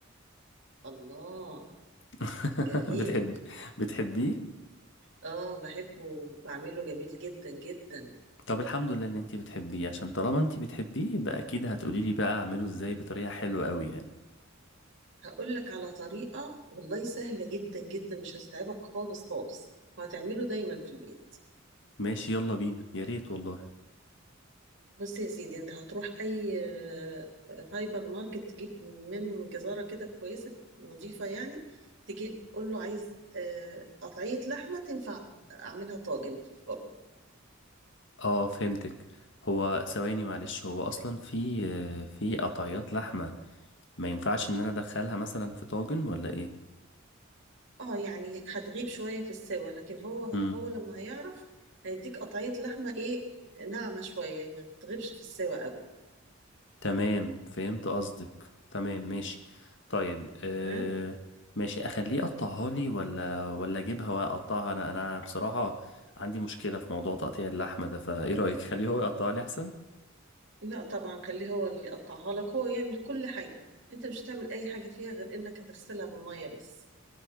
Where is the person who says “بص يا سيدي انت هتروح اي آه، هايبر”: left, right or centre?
Right